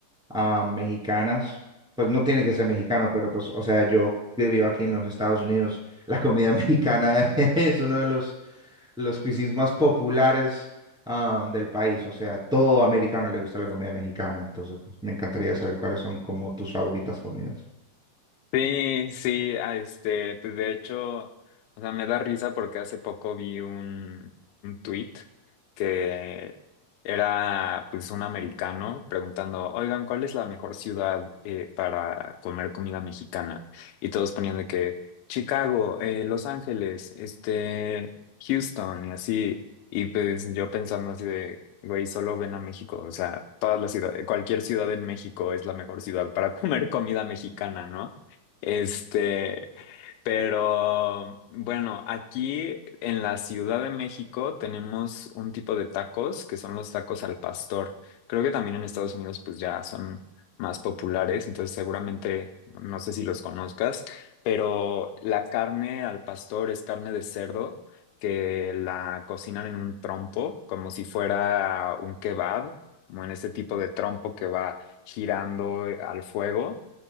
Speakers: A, in the centre; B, on the left (about 80°).
A: ah, mexicanas, pues no tiene que ser mexicano, pero pues, o sea, yo que vivo aquí en los Estados Unidos, la comida <laughs> mexicana es uno de los, los cuisines más populares ah, del país, o sea, todo americano le gusta la comida mexicana, entonces pues, me encantaría saber cuáles son como tus favoritas comidas.
B: Sí, sí, ah, este, pues de hecho, o sea, me da risa porque hace poco vi un, un tweet que era pues un americano preguntando, oigan, ¿cuál es la mejor ciudad eh, para comer comida mexicana? Y todos ponían de que Chicago, eh, Los Ángeles, este, Houston y así. Y pues yo pensando así de, güey, solo ven a México, o sea, todas las ciudades, cualquier ciudad en México es la mejor ciudad para <laughs> comer comida mexicana, ¿no? Este, pero bueno, aquí en la Ciudad de México tenemos un tipo de tacos que son los tacos al pastor. Creo que también en Estados Unidos pues ya son más populares, entonces seguramente no sé si los conozcas, pero la carne al pastor es carne de cerdo que la cocinan en un trompo como si fuera un kebab, como en ese tipo de trompo que va girando al fuego